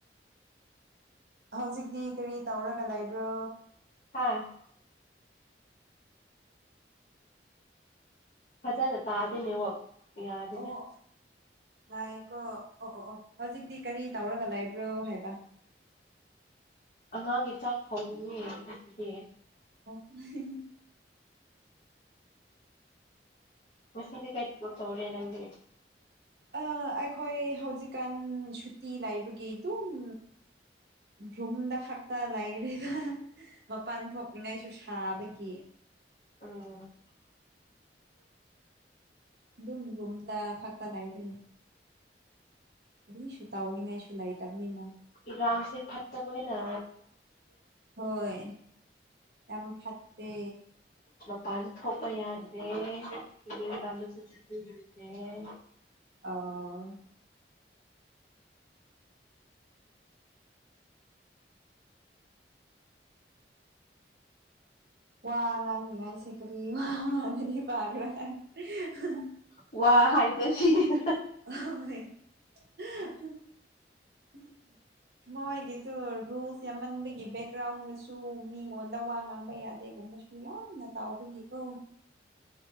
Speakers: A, on the right; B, on the left.
A: ꯍꯧꯖꯤꯛꯇꯤ ꯀꯔꯤ ꯇꯧꯔꯒ ꯂꯩꯕ꯭ꯔꯣ
B: ꯍꯥ ꯐꯖꯅ ꯇꯥꯗꯦ ꯅꯦꯠꯋꯥꯛ ꯌꯥꯗꯦꯗ
A: ꯑꯣ ꯉꯥꯏꯒꯣ ꯑꯣ ꯑꯣ ꯑꯣ ꯍꯧꯖꯤꯛꯇꯤ ꯀꯔꯤ ꯇꯧꯔꯒ ꯂꯩꯕ꯭ꯔꯣ ꯍꯥꯏꯕ꯫
B: ꯑꯉꯥꯡꯒꯤ ꯆꯥꯛ ꯊꯣꯡꯉꯤꯅꯦ ꯍꯧꯖꯤꯛꯇꯤ
A: ꯎ <unintelligible>
B: ꯉꯁꯤꯗꯤ ꯀꯔꯤ ꯊꯕꯛ ꯇꯧꯔꯦ ꯅꯪꯗꯤ
A: ꯑꯥ ꯑꯩꯈꯣꯏ ꯍꯧꯖꯤꯛꯀꯥꯟ ꯁꯨꯇꯤ ꯂꯩꯕꯒꯤ ꯑꯗꯨꯝ ꯔꯨꯝꯗ ꯈꯛꯇ ꯂꯩꯔꯦꯗ ꯃꯄꯥꯟ ꯊꯣꯛꯅꯤꯡꯉꯥꯏꯁꯨ ꯁꯥꯕꯒꯤ꯫
B: ꯎꯝ
A: ꯑꯗꯨꯝ ꯔꯨꯝꯗ ꯈꯥꯛꯛꯇ ꯂꯏꯔ‌ꯦꯅ‌ꯦ ꯀꯔꯤꯁꯨ ꯇꯧꯅꯤꯡꯉꯥꯏꯁꯨ ꯂꯩꯇꯕꯅꯤꯅ
B: ꯏꯔꯥꯡꯁꯦ ꯐꯠꯇꯕꯅꯤꯅ꯫
A: ꯍꯣꯏ ꯌꯥꯝ ꯐꯠꯇꯦ
B: ꯃꯄꯥꯟꯁꯨ ꯊꯣꯛꯄ ꯌꯥꯗ꯭ꯔꯦ ꯏꯅꯤꯡ ꯇꯝꯄꯁꯨ ꯆꯠꯄ ꯌꯥꯗꯔ‌ꯦ
A: ꯑꯧ ꯋꯥ ꯉꯥꯡꯅꯤꯡꯉꯥꯏꯁꯦ ꯀꯔꯤ ꯋꯥ ꯉꯅꯅꯤ ꯄꯥꯈ꯭ꯔꯥ <unintelligible> <unintelligible>
B: ꯋꯥ ꯍꯥꯏꯕꯗꫭ ꯁꯤꯅꯤꯗ <unintelligible>
A: ꯍ <unintelligible> ꯃꯣꯏꯒꯤꯗꯨ ꯔꯨꯜꯁ ꯌꯥꯝꯃꯟꯕꯒꯤ ꯕꯦꯛꯒ꯭ꯔꯥꯎꯟꯗꯁꯨ ꯃꯤꯉꯣꯟꯗ ꯋꯥ ꯉꯥꯡꯕ ꯌꯥꯗꯦꯒꯨꯝꯕꯁꯨ ꯌꯥꯝꯅ ꯇꯥꯎꯕꯤꯒꯦꯀꯣ